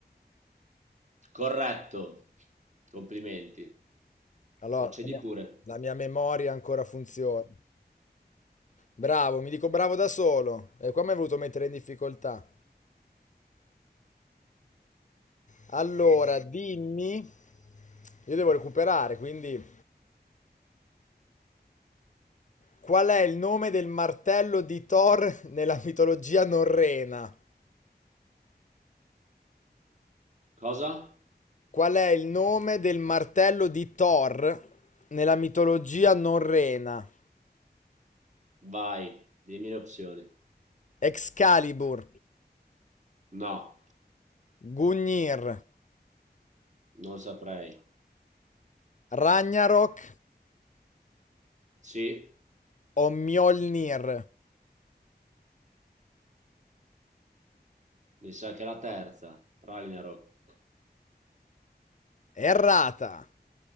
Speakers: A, on the right; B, on the left.
A: Corretto. Complimenti.
B: Allora,
A: Procedi
B: la mia
A: pure.
B: la mia memoria ancora funziona. Bravo, mi dico bravo da solo. E qua mi hai voluto mettere in difficoltà. Allora, dimmi, io devo recuperare, quindi qual è il nome del martello di Thor nella mitologia norrena?
A: Cosa?
B: Qual è il nome del martello di Thor nella mitologia norrena?
A: Vai, dimmi le opzioni.
B: Excalibur,
A: No,
B: Gungnir,
A: non saprei.
B: Ragnarok
A: Sì,
B: o Mjolnir?
A: mi sa che è la terza, Ragnarok.
B: Errata.